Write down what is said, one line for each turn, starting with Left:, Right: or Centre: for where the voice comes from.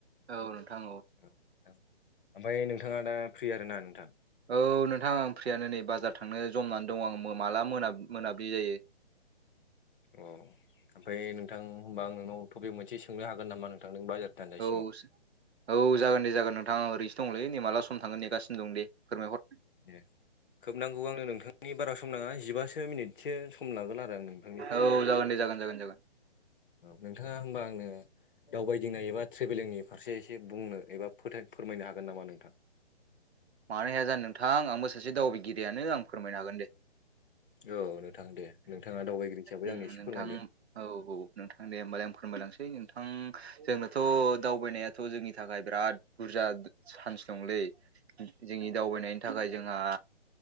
Right: औ नोंथां
Left: <inaudible> औ ओमफ्राय नोंथाङा दा फ्रि आरोना नोंथां?
Right: औ नोंथां आं फ्रियानो नै बाजार थांनो जमनानै दं आं माला मोन मोनाब्लि जायो।
Left: अ ओमफ्राय नोंथां होमबा आं नोंनाव टपिक मोनसे सोंनो हागोन नामा नोंथां नों बाजार दान्जासिमाव
Right: औ औ। औ जागोन दे जागोन नोंथां आं ओरैसो दंलै नै माला सम थांगो नेसिनो दं दे फोरमायहर।
Left: दे खोबनांगौ आंनो नोंथांनि बारा सम नाङा जिबासो मिनिट। एसे सम लागोन आरो आं नोंथांनि।
Right: औ जागोन दे जागोन जागोन जागोन
Left: औ नोंथाङा होमबा आंनो दावबायदिंनाय एबा ट्रेभेलिंनि फारसे एसे बुंनो एबा फथाय फोरमायनो हागोन नामा नोंथां?
Right: मानो हाया जानो नोंथां आंबो सासे दावबायगिरियानो आं फोरमायनो हागोन दे।
Left: औ नोंथां दे नोंथाङा दावबायगिरि हिसाबै
Right: उम
Left: आंनो एसे
Right: नोंथां
Left: फोरमायदो।
Right: औ औ नोंथां दे होमबालाय आं फोरमायलांसै। नोंथां जोंनोथ' दावबायनाया थ' जोंनि थाखाय बिराद बुरजा चान्स दंलै। जोंनि दावबायनायनि थाखाय जोंहा